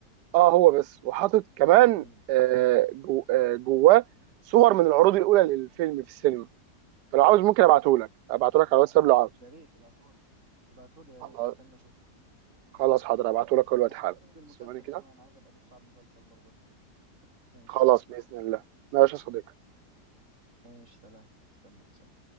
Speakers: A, on the right; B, on the right.
A: اه هو بس وحاطط كمان
B: امم
A: آه، جو- آه، جواه صور من العروض الاولى للفيلم في السينما فلو عاوز ممكن ابعته لك ابعته لك على الواتساب لو عاوز
B: يا ريت ابعتهولي ابعتهولي يا
A: خلاص
B: ريت استنى اشوفه
A: خلاص حاضر ابعته لك دلوقتي
B: وفكرتني
A: حالا
B: بالمسلسل
A: ثواني كده
B: كمان عايز ابقى ابص على المسلسل برضه بس فكرة ماشي
A: خلاص باذن الله ماشي يا صديقي
B: ماشي سلام استناك سلام